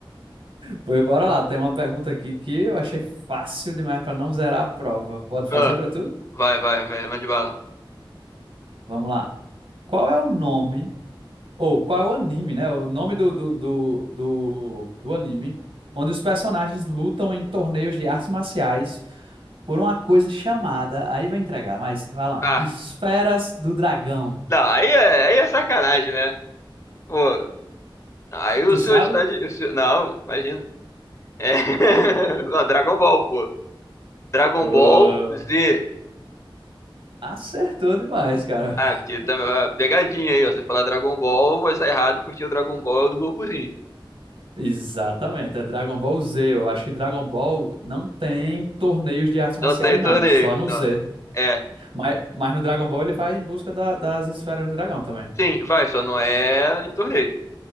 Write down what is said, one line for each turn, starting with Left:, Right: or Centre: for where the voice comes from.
Right: Pois bora lá, tem uma pergunta aqui que eu achei fácil demais pra não zerar a prova. Pode fazer
Left: Ah,
Right: pra tu?
Left: vai, vai, vai, mande bala.
Right: Vamos lá. Qual é o nome, ou qual é o anime, né? O nome do, do, do, do, do anime, onde os personagens lutam em torneios de artes marciais por uma coisa chamada, aí vai entregar, mas vai lá,
Left: Tá.
Right: Esferas do Dragão.
Left: Não, aí é, aí é sacanagem, né? Pô, aí o
Right: Tu
Left: senhor
Right: sabe?
Left: está de. o senhor- Não, imagina. É... <laughs> Não, Dragon Ball, pô. Dragon
Right: Pô,
Left: Ball Z.
Right: acertou demais, cara.
Left: Ah, é, porque também é pegadinha aí, ó. Se falar Dragon Ball, vai sair errado porque o Dragon Ball é o do Gokuzinho.
Right: Exatamente, é Dragon Ball Z. Eu acho que Dragon Ball não tem torneios de artes marciais,
Left: Não tem torneio,
Right: não, só no
Left: não.
Right: Z.
Left: É.
Right: Mas, mas no Dragon Ball ele vai em busca da- das Esferas do Dragão também.
Left: Sim, vai, só não é em torneio.